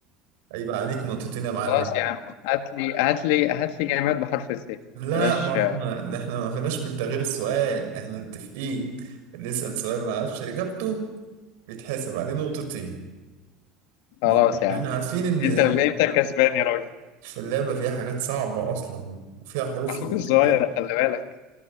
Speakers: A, on the right; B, on the left.
A: هيبقى عليك نقطتين يا معلم
B: خلاص يا عم هات لي هات لي هات لي جماد بحرف الث
A: لا
B: بلاش
A: ما احنا ده احنا ما فيناش من تغيير السؤال احنا متفقين اللي يسأل سؤال ما عرفش اجابته بيتحاسب عليه نقطتين
B: خلاص
A: ما هو
B: يا
A: احنا
B: عم
A: عارفين ان
B: انت اللي انت كسبان يا راجل
A: في اللعبة فيها حاجات صعبة اصلا وفيها حروف
B: اخوك
A: ما
B: الصغير
A: بتتجاب
B: خلي بالك